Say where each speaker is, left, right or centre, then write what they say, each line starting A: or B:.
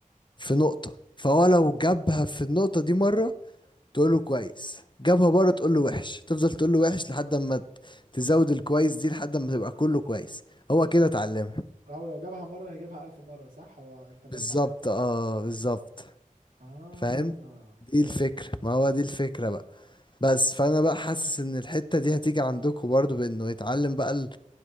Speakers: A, on the left; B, on the right.
A: في نقطه فهو لو جابها في النقطه دي مره تقول له كويس جابها بره تقول له وحش تفضل تقول له وحش لحد اما ت- تزود الكويس دي لحد اما تبقى كله كويس هو كده اتعلمها
B: او لو جابها مره هيجيبها الف مره صح هو انت بس
A: بالظبط
B: عايز
A: اه بالظبط
B: اه
A: فاهم دي
B: فاهم
A: الفكرة ما هو دي الفكرة بقى بس فانا بقى حاسس ان الحتة دي هتيجي عندكم برضو بانه يتعلم بقى ال...